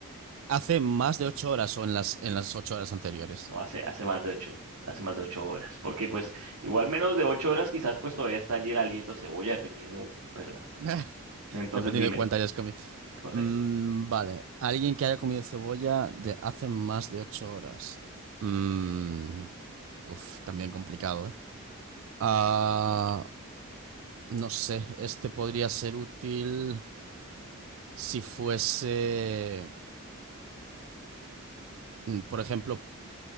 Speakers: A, on the right; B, on the right.
A: Hace más de ocho horas o en las,
B: Sí.
A: en las ocho horas anteriores.
B: No, hace, hace más de ocho, hace más de ocho horas. Porque pues igual menos de ocho horas quizás pues todavía está allí el aliento a cebolla, dependiendo de- pero
A: <laughs>
B: entonces
A: Dependiendo
B: dime,
A: de cuánto hayas comido.
B: correcto.
A: Mm, vale. Alguien que haya comido cebolla de hace más de ocho horas. Mm, uf, también complicado, ¿eh? Ah, no sé, este podría ser útil. si fuese, mm, por ejemplo,